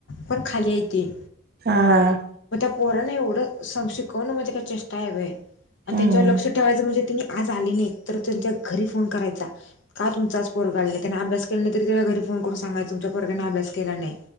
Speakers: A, on the left (about 70°); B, on the right (about 50°).
A: पण खाली हायती.
B: हा हा
A: म त्या पोराणं एवढं शिकवणं म्हणजे काय चेष्टा हाय वय? अन
B: हम्म
A: त्यांच्यावर लक्ष ठेवायचं म्हणजे त्यांनी आज आली नाही तर त्यांच्या घरी फोन करायचा, का तुमचा आज पोरगं आलं नाही, त्यांन अभ्यास केला नाही तरी त्याच्या घरी फोन करून सांगायच तुमच्या पोरग्यानं अभ्यास केला नाही